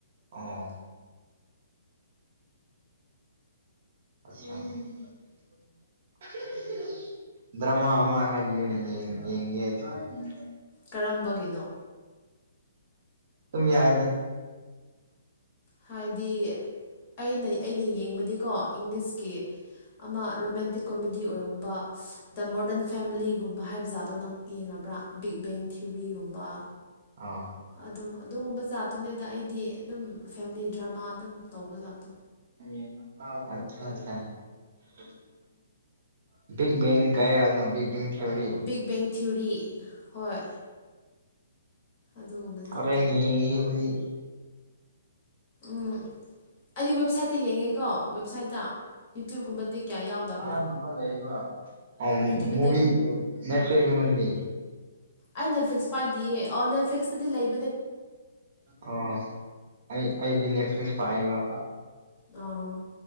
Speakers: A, on the right; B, on the left.
A: ꯑꫭ <unintelligible> ꯎꯝ <unintelligible> ꯗ꯭ꯔꯃꯥ ꯑꯃ ꯍꯥꯏꯕꯤꯌꯨꯅꯦ ꯍꯌꯦꯡ ꯌꯦꯡꯒꯦ ꯑꯩꯁꯨ
B: ꯀꯔꯝꯕꯒꯤꯅꯣ
A: ꯗꯨꯝ ꯌꯥꯏꯗ
B: ꯍꯥꯏꯗꯤ ꯑꯩꯅ ꯑꯩꯅ ꯌꯦꯡꯕꯗꯤꯀꯣ ꯏꯪꯂꯤꯁꯀꯤ ꯑꯃ ꯔꯣꯃꯦꯟꯇꯤꯛ ꯀꯣꯃꯦꯗꯤ ꯑꯣꯏꯒꯨꯝꯕ ꯗ ꯃꯣꯗꯔꯟ ꯐꯦꯂꯤꯒꯨꯝꯕ ꯍꯥꯏꯕ ꯖꯥꯠꯗꯣ ꯅꯪ ꯌꯦꯡꯉꯕ꯭ꯔ ꯕꯤꯛ ꯕꯦꯡ ꯊꯤꯑꯣꯔꯤꯒꯨꯝꯕ
A: ꯑꯥ
B: ꯑꯗꯨꯝ ꯑꯗꯨꯒꯨꯝꯕ ꯖꯥꯠꯇꯨꯅꯦꯗ ꯑꯩꯗꯤ ꯑꯗꯨꯝ ꯐꯦꯃꯤꯂꯤ ꯗ꯭ꯔꯃꯥ ꯑꯗꯨꯝ ꯇꯧꯕ ꯖꯥꯠꯇꯣ
A: <unintelligible> ꯕꯤꯛ ꯕꯦꯡ ꯀꯩ ꯍꯥꯏꯕꯅꯣ big bang theory
B: big bang theory ꯍꯣꯏ ꯑꯗꯨꯒꯨꯝꯕ ꯖꯥꯠꯇꯣ
A: ꯍꯧꯔꯦꯟ ꯌꯦꯡꯉꯦ ꯑꯗꯨꯗꯤ
B: ꯎꯝ ꯑꯩꯗꯤ ꯋꯦꯕꯁꯥꯏꯠꯇ ꯌꯦꯡꯉꯤꯀꯣ ꯋꯦꯕꯁꯥꯏꯠꯇ ꯌꯨꯇ꯭ꯌꯨꯕꯀꯨꯝꯕꯗꯤ ꯀꯌꯥ ꯌꯥꯎꯗꯕꯅꯦ
A: <unintelligible>
B: ꯌꯨꯇ꯭ꯌꯨꯕꯇꯗꯤ
A: ꯃꯨꯕꯤ ꯅꯦꯠꯐ꯭ꯂꯤꯛꯁ ꯀꯨꯝꯕꯗꯤ
B: ꯑꯩ ꯅꯦꯠꯐ꯭ꯂꯤꯛꯁ ꯄꯥꯏꯗꯤꯌꯦ ꯑꯣ ꯅꯦꯠꯐ꯭ꯂꯤꯛꯁꯇꯗꯤ ꯂꯩ
A: ꯑꯣ ꯑꯩ ꯑꯩꯗꯤ ꯅꯦꯠꯐ꯭꯭ꯂꯤꯛꯁ ꯄꯥꯏꯌꯦꯕ
B: ꯑꯣ